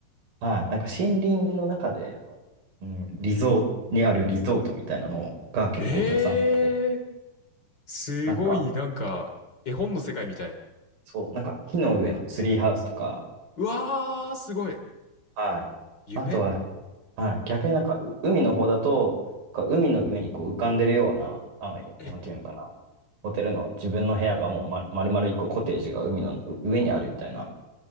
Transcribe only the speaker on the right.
はい、なんか森林の中での、うん、リゾートにあるリゾートみたいなのが結構たくさんあって、
なんか、
そう、なんか木の上のツリーハウスとか、
はい。
あとは、はい、逆になんかう海の方だと、こう海の上にこう浮かんでるような、あの、
なんていうのかな、ホテルの自分の部屋がもうまる丸々一個コテージが海の上にあるみたいな